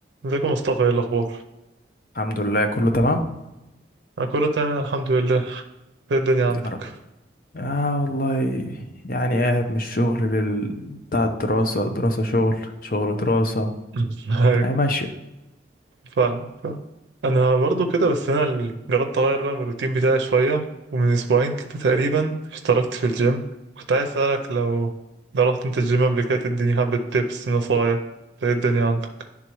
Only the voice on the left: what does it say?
الحمد لله كله تمام
يا رب آه والله يعني قاعد من الشغل لل... بتاع الدراسة دراسة شغل شغل دراسة
هي ماشية